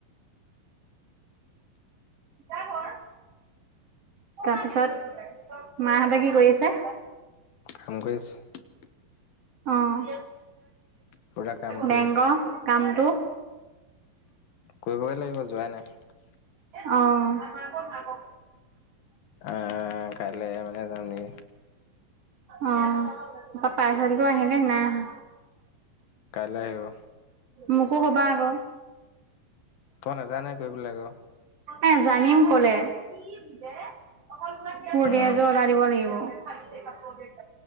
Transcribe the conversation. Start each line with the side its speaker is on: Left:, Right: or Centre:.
Right: য ঘৰ তাৰপিছত মাহঁতে কি কৰি আছে।
Left: কাম কৰিছে।
Right: অ'
Left: পুৰা কাম কৰি
Right: বেংক কামটো।
Left: কৰিব লাগিব যোৱাই নাই।
Right: অ মানহোৰ <unintelligible>
Left: আহ কাইলৈ মানে যাম নেকি
Right: অ ত পাৰ্চেল টো আহিলে নেকি নাই অহা।
Left: কাইলৈ আহিব।
Right: মোকো ক'বা আক
Left: তই নেযান নাই কৈবেলাকক
Right: এ জানিম কলে কূুৰ্তি
Left: উম
Right: এযোৰ অৰ্ডাৰ দিব লাগিব। খালাপ <unintelligible>